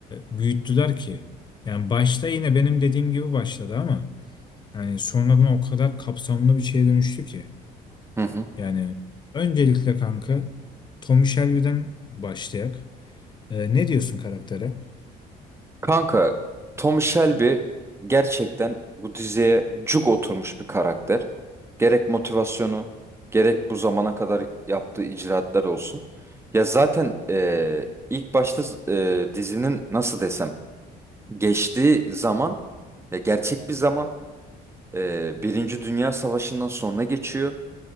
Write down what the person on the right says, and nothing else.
Hı hı.
Kanka Tom Shelby gerçekten bu diziye cuk oturmuş bir karakter. Gerek motivasyonu, gerek bu zamana kadar yaptığı icraatlar olsun. Ya zaten e, ilk başta e, dizinin nasıl desem geçtiği zaman ya gerçek bir zaman e, Birinci Dünya Savaşı'ndan sonra geçiyor.